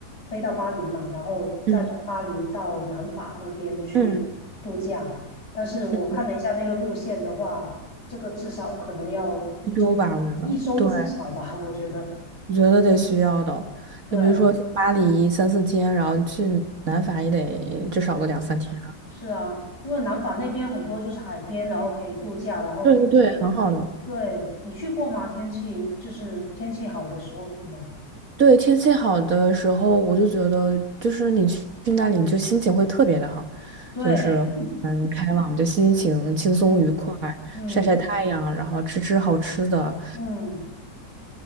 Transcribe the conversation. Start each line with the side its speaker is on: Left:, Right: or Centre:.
Left: 飞到巴黎嘛，然后再从巴黎到南法那边去度假。
Right: 嗯嗯
Left: 但是我看了一下那个路线的话，
Right: 嗯，
Left: 这个至少可能要一周，
Right: 欧洲吧，我觉得，
Left: 一周至少吧，
Right: 对。
Left: 我觉得。
Right: 我觉得得需要的。
Left: 对，
Right: 就比如说去巴黎三四天，然后去南法也得至少个两三天。
Left: 是啊，因为南法那边很多就是海边，然后可以度假，然后天气，
Right: 对对对，很好的。
Left: 对，你去过吗？天气就是天气好的时候，有没有？
Right: 对，天气好的时候，我就觉得就是你去去那里，你就心情会特别的好，
Left: 对，
Right: 就是嗯开朗，就心情轻松愉快，
Left: 嗯嗯
Right: 晒晒太阳，然后吃吃好吃的，
Left: 嗯